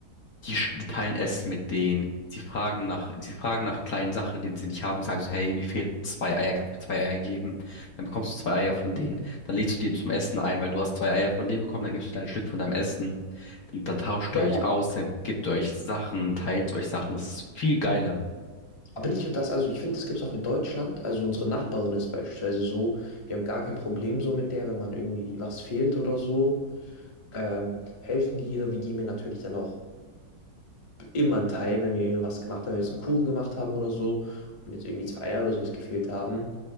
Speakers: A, on the left (about 60°); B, on the left (about 20°).
A: die, sch- die teilen Essen mit denen. Sie fragen nach, sie fragen nach kleinen Sachen, die sie nicht haben, sagen so, hey, mir fehlen zwei Eier, kannst du mir zwei Eier geben? Dann bekommst du zwei Eier von denen. Dann lädst du die zum Essen ein, weil du hast zwei Eier von denen bekommen, dann gibst du dir ein Stück von deinem Essen. Dann, dann tauscht
B: Ja,
A: ihr euch
B: ja.
A: aus, dann gebt ihr euch Sachen, teilt euch Sachen. Das ist viel geiler.
B: Aber nicht nur das, also ich finde, das gibt es auch in Deutschland. Also unsere Nachbarin ist beispielsweise so, wir haben gar kein Problem so mit der, wenn man irgendwie was fehlt oder so. Ähm, helfen wir ihr, wir geben ihr natürlich dann auch immer ein Teil, wenn wir was gemacht haben, wenn wir jetzt einen Kuchen gemacht haben oder so und jetzt irgendwie zwei Eier oder sowas gefehlt haben,